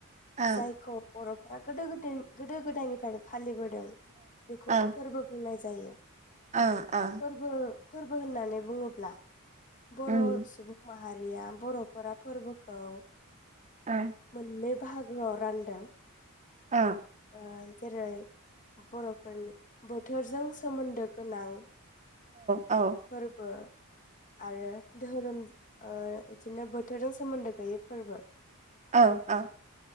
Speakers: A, on the right; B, on the left.
A: औ
B: जायखौ बर'फोरा गोदो गोदाय गोदो गोदायनिफ्रायनो फालिबो दों बेखौनो
A: औ
B: फोरबो बुंनाय जायो
A: ओ ओ
B: फोरबो फोरबो होननानै बुङोब्ला बर'
A: उम
B: सुबुं माहारिया बर'फोरा फोरबोखौ ओ
A: ओ
B: मोननै बाहागोआव रानदों
A: ओ
B: ओ जेरै बर'फोरनि बो थोरजों सोमोन्दो गोनां
A: औ
B: फोरबो आरो धोहोरोम ओ बिदिनो बोथोरजों सोमोन्दो गैयै फोरबो
A: औ औ